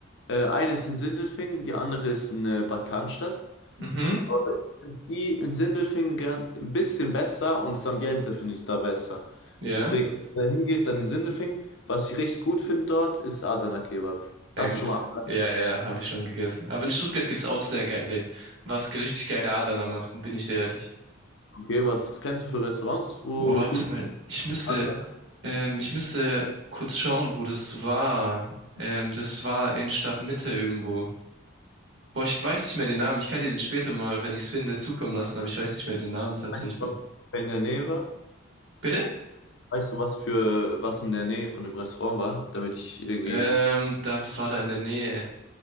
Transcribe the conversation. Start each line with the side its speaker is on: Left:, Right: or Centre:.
Left: Äh, eine ist in Sindelfingen, die andere ist in äh, Bad Cannstatt.
Right: Mhm.
Left: Aber sind die in Sindelfingen gern, ein bisschen besser und das Ambiente finde ich da besser.
Right: Ja.
Left: Deswegen, wenn man da hingeht, dann in Sindelfingen. Was ich richtig gut finde dort, ist Adana Kebab.
Right: Ja
Left: Hast
Right: gut.
Left: du schon mal Adana Kebab?
Right: Ja, ja, habe ich schon gegessen. Aber in Stuttgart gibt's auch sehr geile, was richtig geile Adana machen, bin ich sehr ehrlich.
Left: Okay, Was kennst du für Restaurants, wo
Right: Oh, warte
Left: gut
Right: mal. Ich müsste
Left: Adana Kebab?
Right: Ähm, ich müsste kurz schauen, wo das war. Ähm, das war in Stadtmitte irgendwo. Boah, ich weiß nicht mehr den Namen. Ich kann dir den später mal, wenn ich es finde, zukommen lassen, aber ich weiß nicht mehr den Namen tatsächlich.
Left: Weißt du, was in der Nähe war?
Right: Bitte?
Left: Weißt du, was für was in der Nähe von dem Restaurant war? Damit ich irgendwie.
Right: Ähm, das war da in der Nähe.